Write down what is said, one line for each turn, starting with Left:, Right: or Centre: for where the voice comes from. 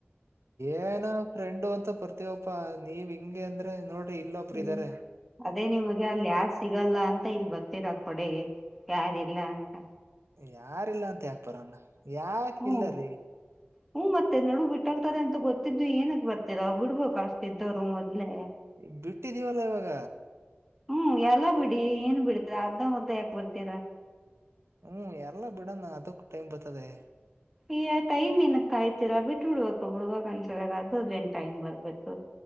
Right: ಏನೋ ಫ್ರೆಂಡು ಅಂತ ಬರ್ತೀವಪ್ಪಾ ನೀವ್ ಹಿಂಗೆ ಅಂದ್ರೆ ನೋಡ್ರಿ. ಒಬ್ಬರ
Centre: ಹ್ಮ್
Right: ಇದ್ದಾರೆ
Centre: ಅದೇ ನಿಮ್ಗೆ ಅಲ್ಲ ಯಾರ್ ಸಿಗಲ್ಲ ಅಂತ ಇಲ್ಲಿ ಬರ್ತೀರಾ ಕೊಡೆಗೆ ಯಾರ ಇಲ್ಲ ಅಂತ.
Right: ಯಾರಿಲ್ಲ ಅಂತ ಯಾಕ್ ಬರನ್ ಯಾಕ
Centre: ಹ್ಮ್
Right: ಇಲ್ಲರಿ
Centre: ಹ್ಮ್ ಮತ್ತೆ ನಡು ಬಿಟ್ಟೊಗ್ತಾರೆ ಅಂತ ಗೊತ್ತಿದ್ದು ಏನಕ್ ಬರ್ತಿರ ಬುಡ್ಬೇಕು ಅಷ್ಟ ಇದ್ದೊರು ಮೊದ್ಲೆ
Right: ಈಗ ಬಿಟ್ಟಿದೀವಲ್ಲಾ ಇವಾಗ
Centre: ಹ್ಮ್ ಎಲ್ಲ ಬಿಡಿ ಏನ್ ಬಿಡತ್ತಿರ ಅದ್ದ ಮುದ್ದ ಯಾಕ ಬಿಡ್ತೀರಾ
Right: ಹ್ಮ್ ಎಲ್ಲ ಬಿಡಾನ ಅದಕು ಟೈಮ್ ಬರ್ತದೆ
Centre: ಈಯ ಟೈಮ್ ಏನಕ್ ಕಾಯ್ತೀರಾ ಬಿಟ್ಟ ಬಿಡ್ಬೇಕು ಬುಡಬೇಕ್ ಅನ್ಸಿದಾಗ ಅದ್ರದ್ ಏನ್ ಟೈಮ್ ಬರ್ಬೇಕು